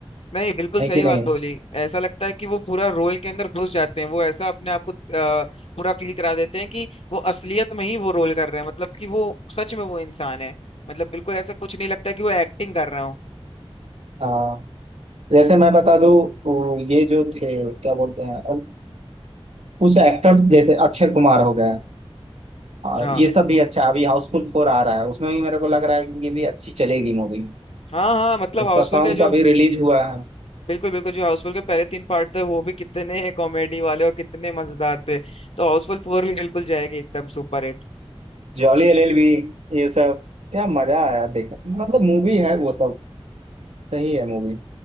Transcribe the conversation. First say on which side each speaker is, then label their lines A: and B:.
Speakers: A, on the left (about 75°); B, on the right (about 90°).
A: नहीं बिल्कुल
B: है
A: सही
B: कि नहीं
A: बात बोली ऐसा लगता है कि वो पूरा रोल के अंदर घुस जाते हैं वो ऐसा अपने आप को अ, पूरा फील करा देते हैं कि वो असलियत में ही वो रोल कर रहे हैं मतलब कि वो सच में वो इंसान है मतलब बिल्कुल ऐसा कुछ नहीं लगता कि वो एक्टिंग कर रहे हो
B: हाँ जैसे मैं बता दूं वो ये जो थे क्या बोलते हैं अ, कुछ एक्टर्स जैसे अक्षय कुमार हो गए और
A: हाँ
B: ये सब भी अच्छा अभी हाउसफुल फोर आ रहा है उसमें भी मेरे को लग रहा है कि ये भी अच्छी चलेगी मूवी
A: हाँ हाँ मतलब
B: इसका
A: हाउसफुल
B: सॉन्ग्स
A: के जो
B: अभी रिलीज हुआ है
A: बिल्कुल बिल्कुल जो हाउसफुल के पहले तीन पार्ट थे वो भी कितने कॉमेडी वाले और कितने मजेदार थे तो हाउसफुल फोर भी बिल्कुल जाएगी एकदम सुपर हिट
B: जॉली एलएलबी ये सब क्या मजा आया देख मतलब मूवी है वो सब सही है मूवी